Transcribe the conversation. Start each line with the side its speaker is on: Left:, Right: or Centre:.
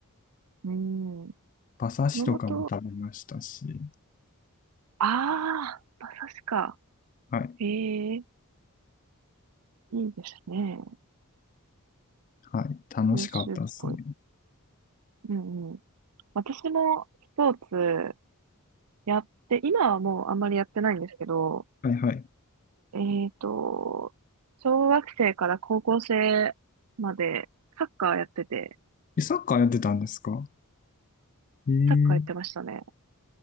Right: うん。
Left: 馬刺しとかも食べましたし。
Right: 熊本、ああ、馬刺しか。
Left: はい。
Right: ええいいですね。
Left: はい。楽しかったですね。
Right: 九州っぽい。うんうん。私もスポーツやって、今はもうあんまりやってないんですけど、
Left: はいはい。
Right: えっと、小学生から高校生までサッカーやってて、
Left: え、サッカーやってたんですかええー
Right: サッカーやってましたね。